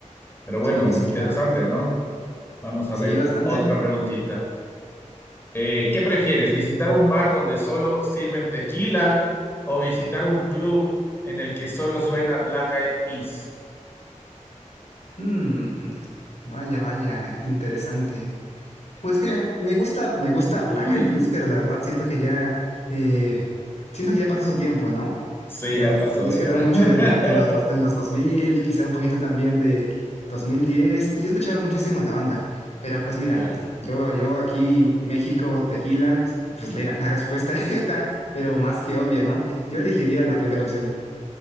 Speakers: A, on the left; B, on the left.
A: Pero bueno,
B: Sí, sí,
A: interesante,
B: claro.
A: ¿no? Vamos a
B: Sí,
A: ver
B: bastante.
A: otra preguntita. Eh, ¿qué prefieres? ¿Visitar un bar donde solo sirven tequila o visitar un club en el que solo suena Black Eyed Peas?
B: Mm, vaya, vaya, interesante. Pues mira, me gusta, me gusta Black
A: <laughs>
B: Eyed Peas, pero la verdad siento que ya, eh, siento que ya pasó su tiempo, ¿no?
A: Sí,
B: Ya
A: ya
B: fu-
A: pasó,
B: ellos
A: ya.
B: fueron mucho
A: <laughs>
B: de la, de los, dos- de los 2000, quizá un poquito también de 2010. y yo escuchaba muchísimo la banda. Pero pues mira,
A: Ya.
B: yo, yo aquí, México, tequila, pues la, la respuesta <laughs> está, pero más que obvia, ¿no? Yo elegiría la primera opción.